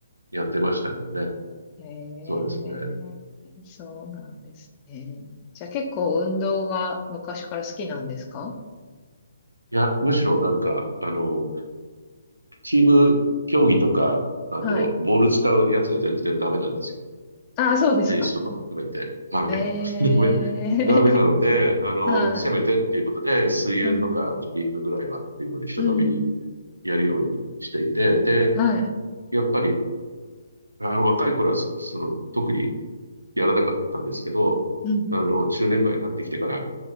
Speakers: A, on the right (about 90°); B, on the left (about 25°).
A: やってましたけどね。
B: へえ、
A: そうですね。
B: そうなんですね。じゃあ結構運動が昔から好きなんですか
A: いや、むしろなんか、あの、チーム競技とか、あと、
B: はい。
A: ボール使うやつが全然ダメなんですよ。
B: ああ、そうですか。
A: テニスとかも含めて。はい。
B: え
A: <laughs> ダメ、ダメなので、
B: え、
A: あの、
B: <laughs> はい。
A: せめてっていうことで、水泳とかジョギングぐらいはっていうので、
B: うん、
A: 人並みに
B: うん、
A: やるようにしていて、で、
B: はい。
A: やっぱり、あの、若い頃はそ、その、特にやらなかったんですけど、
B: うん。
A: あの、中年ぐらいになってきてから、